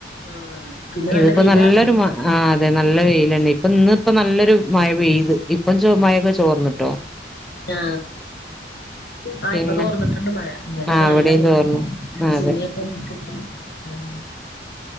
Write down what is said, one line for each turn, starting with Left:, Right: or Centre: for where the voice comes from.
Left: ആഹ് പിന്നെ
Centre: ഇത്പ്പോ
Left: നല്ല വെയിലാ
Centre: നല്ലൊരു മ ആ അതെ നല്ല വെയിലന്ന പ്പ ഇന്ന് ഇപ്പ നല്ലൊരു മഴ പെയ്ത് ഇപ്പം ചൊ മഴക്കെ ചോർന്ന്ട്ടോ
Left: ആ ആ
Centre: പിന്നെ
Left: ഇപ്പൊ തോർന്നിട്ട്ണ്ട് മഴ ഇന്നലെക്കെ
Centre: ആ
Left: നല്ലവെയില
Centre: ഇവിടെയും ചോർന്നു
Left: അപ്പ
Centre: ആ
Left: സുണിയൊക്കെ
Centre: അതെ
Left: <inaudible> ആ